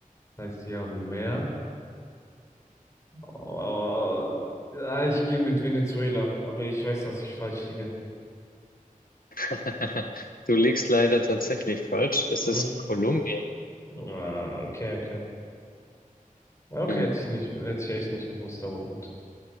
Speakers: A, on the left; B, on the left.
A: das heißt, die haben mehr. Oh, ja, ich gehe mit Venezuela, aber ich weiß, dass ich falsch liege.
B: <laughs> Du liegst leider tatsächlich falsch. Es
A: Mhm.
B: ist Kolumbien.
A: Ah, okay, okay. Okay,
B: Hm.
A: hätte ich nicht, hätte ich echt nicht gewusst, aber gut.